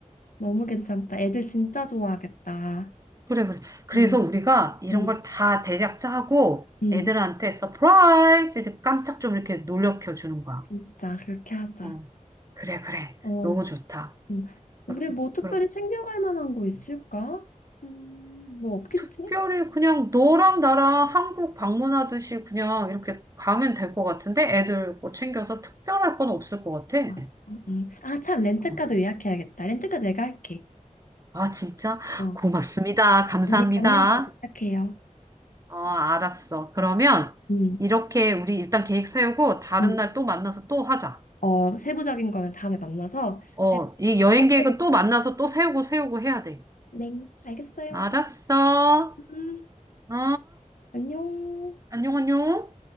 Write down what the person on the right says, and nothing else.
그래, 그래. 그래서
우리가 이런
걸 다 대략 짜고
애들한테 서프라이즈 깜짝 좀 이렇게 놀래켜 주는 거야.
어, 그래, 그래.
너무 좋다.
그럼,
그럼
특별히 그냥 너랑 나랑 한국 방문하듯이 그냥 이렇게 가면 될 것 같은데? 애들 뭐 챙겨서 특별할 건 없을 것 같아.
어,
아, 진짜?
고맙습니다. 감사합니다.
어, 알았어. 그러면
이렇게 우리 일단 계획 세우고 다른
날 또 만나서 또 하자.
어, 이 여행
계획은 또
만나서 또 세우고 세우고 해야 돼.
알았어.
어?
안녕, 안녕.